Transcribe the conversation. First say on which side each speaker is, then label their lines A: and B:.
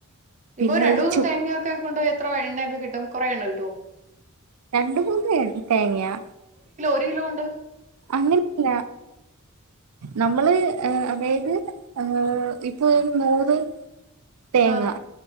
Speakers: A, on the right; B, on the right.
A: പിന്നെ
B: ഇപ്പൊ രണ്ടൂന്ന്
A: ഒരു ചു
B: തേങ്ങയൊക്കെ കൊണ്ടോയി എത്ര എണ്ണയൊക്കെ കിട്ടും കുറെേ എണ്ണ കിട്ടുവോ
A: രണ്ട് മൂന്ന് തേങ്ങയാ
B: കിലോണ്ട്
A: അങ്ങനല്ല നമ്മള് അതായത് ഏ ഇപ്പൊ നൂറ് തേങ്ങ
B: ആഹ്